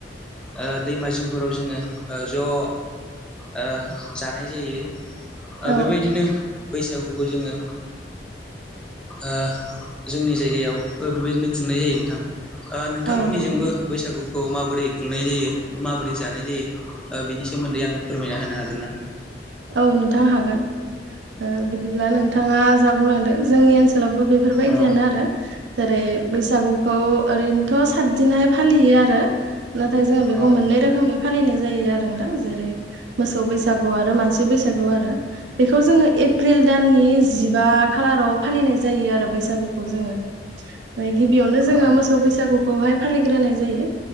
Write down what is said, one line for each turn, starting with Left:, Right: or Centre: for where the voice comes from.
Centre: ओ दैमा जिंफोराव जोङो ओ ज' ओ जानाय जायो। ओ
Right: औ
Centre: बिबायदिनो बैसागुखौ जोङो ओ जोंनि जायगायाव ओ बिबायदिनो खुंनाय जायो नोंथां। ओ नोंथांमोननिजोंबो
Right: औ नोंथां
Centre: बैसागुखौ माबोरै खुंनाय जायो माबोरै जानाय जायो ओ बिनि सोमोन्दै आंनो फोरमायना होनो हागोन ना?
Right: औ नोंथां हागोन। ओ बिदिब्ला नोंथाङा जा बुंलांदों जोंनि ओनसोलावबो बि फोरबायदियानो
Centre: औ
Right: आरो। जेरै बैसागुखौ ओरैनोथ' सातदिननानो फालियो आरो। नाथाय जोङो बेखौ
Centre: औ
Right: मोननै रोखोमै फालिनाय जायो आरोना। जेरै मोसौ बैसागु आरो मानसि बैसागु आरो। बेखौ जोङो एप्रिल दाननि जिबा खालाराव फालिनाय जायो आरो बैसागुखौ जोङो। ओमफ्राय गिबियावनो जोङो
Centre: औ
Right: मोसौ बैसागुखौहाय फालिग्रोनाय जायो।